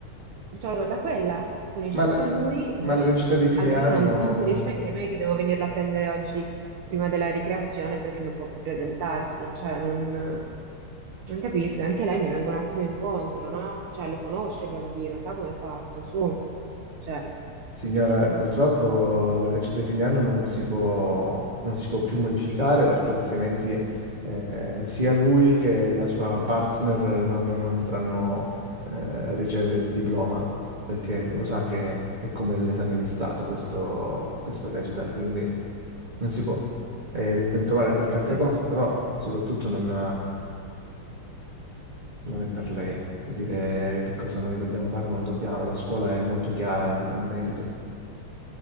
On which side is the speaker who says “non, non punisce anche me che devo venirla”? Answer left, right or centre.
Right